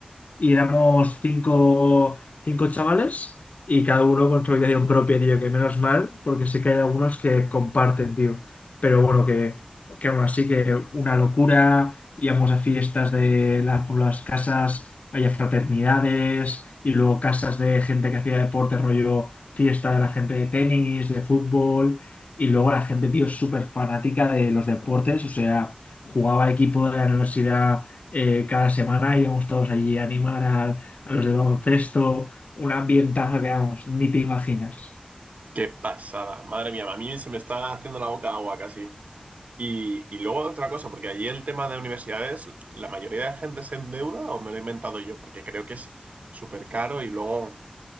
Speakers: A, on the left; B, on the right.
A: y éramos cinco, cinco chavales y cada uno con su habitación propia, tío, que menos mal, porque sé que hay algunos que comparten, tío. Pero bueno, que, que aún así que una locura, íbamos a fiestas de las, por las casas, había fraternidades y luego casas de gente que hacía deporte, rollo fiesta de la gente de tenis, de fútbol. Y luego la gente, tío, súper fanática de los deportes, o sea, jugaba equipo de la universidad eh, cada semana íbamos todos allí a animar al- a, los del baloncesto, un ambientazo que, vamos, ni te imaginas.
B: Qué pasada, madre mía, a mí se me está haciendo la boca agua casi. Y, y luego otra cosa, porque allí el tema de universidades, ¿la mayoría de gente se endeuda o me lo he inventado yo? Porque creo que es súper caro y luego